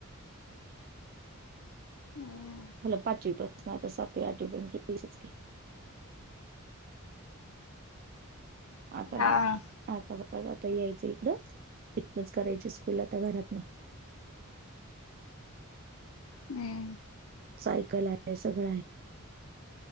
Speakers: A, on the left; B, on the right.
A: हम.
B: हला पाचवी पासून आता सातवी आठवीपर्यंतच आता
A: हा
B: नाही आता ब आता यायचं इकडंच इतकच करायची स्कूलला आता घरात ना.
A: हम्म.
B: सायकल आहे सगळं आहे.